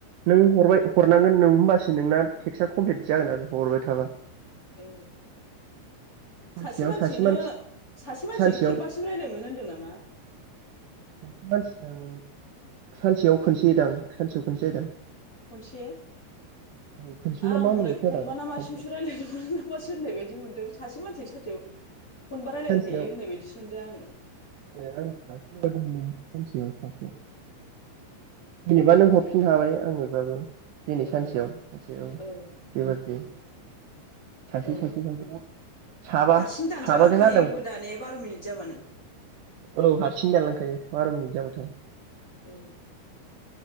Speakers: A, on the right; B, on the left.
A: नों हरबाय हरनांगोन नों होमबासो नोंना टेक्सआ कमप्लिट जागोन आरो हरबाय थाबा
B: ए
A: सानसेयाव
B: सासे मानसिजोंनो
A: मानसि
B: सासे मानसिजों
A: सानसेयाव
B: खेबबासिम रायज्लाय मोनो होनदों नामा
A: सासे मानसि जों सानसेयाव खनसेदां सानसेयाव खनसे जायोदां
B: खनसे
A: औ खनसे ना
B: आंलाय
A: मा होनोमोनलाय खोनादां
B: खनबा ना मासिजोंसो
A: सानसेयाव
B: रायजलायनोदों नामा सोर होननाय बायदि मोनदों सासे मानसिजों सासेयाव खनबा रायलायनो
A: सानसेयाव
B: हायो होननाय बायदिसो मोनदों आङो
A: ए आं सासेल' बायदि मोनदों सानसेयाव सासे जेनेबा नों हरफिननो हाबाय आंनोबाबो दिनै
B: ओ
A: सानसेयाव सासे औ
B: ओ
A: बेबायदि
B: ओ
A: सासे
B: ओ
A: सासे साबा
B: हारसिं दानजालांखायोबो
A: साबाजोंना औ
B: दाने बार' मिनिट जाबानो
A: औ हारसिं दानलांखायो बार' मिनिट जाबाथाय।
B: ओ